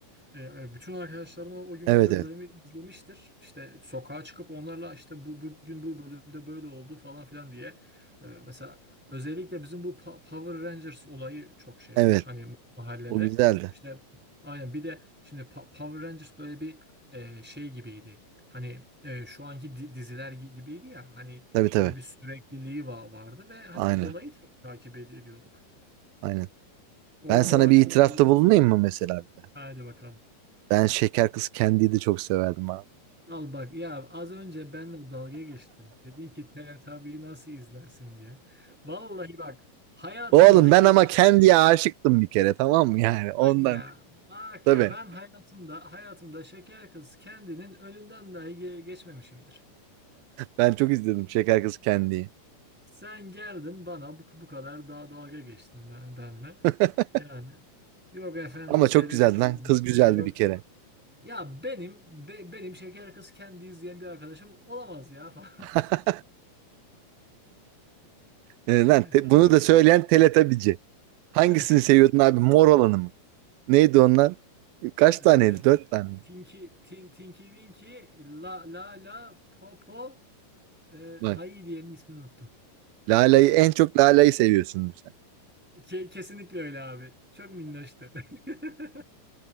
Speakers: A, in the centre; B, on the right.
A: e, bütün arkadaşların o, o günkü
B: Evet
A: bö-
B: evet.
A: bölümü izlemiştir. İşte sokağa çıkıp onlarla işte bu bugün bu bölümde böyle oldu falan filan diye. E, mesela özellikle bizim bu Pa- Power Rangers olayı çok şeydi
B: Evet.
A: hani mahallede.
B: O güzeldi.
A: İşte aynen bir de şimdi Pa- Power Rangers böyle bir e, şey gibiydi. Hani e, şu anki di- diziler gi- gibiydi ya hani
B: Tabii tabii.
A: Böyle bir sürekliliği va- vardı ve hani
B: Aynen.
A: olayı ta- takip ed- ediyorduk.
B: Aynen.
A: O,
B: Ben
A: o
B: sana
A: açıdan
B: bir itirafta
A: iyi.
B: bulunayım mı mesela bir de?
A: Hadi bakalım.
B: Ben Şeker Kız Candy'yi de çok severdim abi.
A: Al bak ya az önce benle dalga geçtin. Dedin ki Teletubbies'i nasıl izlersin diye. Vallahi bak hayatımda
B: Oğlum ben
A: şeker
B: ama Candy'ye aşıktım bir kere tamam mı yani ondan.
A: bak ya bak
B: Tabii.
A: ya ben hayatımda hayatımda şeker kız kendinin önünden dahi ge- geçmemişimdir.
B: Ben çok izledim Şeker Kız Candy'yi.
A: Sen geldin bana bu, bu kadar daha dalga geçtin ben, benle.
B: <laughs>
A: Yani yok efendim
B: Ama
A: Teletubbies
B: çok güzeldi lan. Kız
A: işte
B: güzeldi
A: yok
B: bir kere.
A: Ya benim be- benim şeker kız kendi izleyen bir arkadaşım olamaz ya falan.
B: <laughs> E, lan
A: <laughs>
B: te-
A: Abi.
B: bunu da söyleyen Teletabici.
A: <laughs>
B: Hangisini seviyordun abi? Mor olanı mı? Neydi onlar? Kaç
A: Eee,
B: taneydi? Dört tane. mi?
A: Tinky Tin Tinky Winky La La La Popo eee
B: Bak.
A: Ayı diyenin ismini unuttum.
B: Lala'yı en çok Lala'yı seviyorsundur sen.
A: Ke- kesinlikle öyle abi. Çok minnoştu. <laughs>